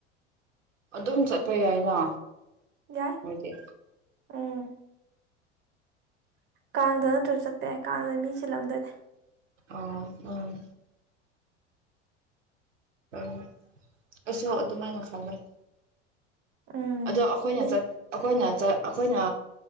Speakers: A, on the right; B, on the right.
A: ꯑꯗꯨꯝ ꯆꯠꯄ ꯌꯥꯏꯅ
B: ꯌꯥꯏ
A: ꯃꯣꯏꯗꯤ
B: ꯎꯝ ꯀꯥꯡꯗ ꯅꯠꯇ꯭ꯔꯁꯨ ꯆꯠꯄ ꯌꯥꯏ ꯀꯥꯡꯗꯗꯤ ꯃꯤ ꯆꯜꯂꯝꯗꯣꯏꯅꯦ
A: ꯑ ꯎꯝ ꯎ ꯑꯁꯨ ꯑꯗꯨꯃꯥꯏ ꯉ ꯐꯜꯂꯦ
B: ꯎꯝ
A: ꯑꯗꯣ ꯑꯩꯈꯣꯏꯅ
B: ꯃꯤ
A: ꯆ ꯑꯩꯈꯣꯏꯅ ꯑꯩꯈꯣꯏꯅ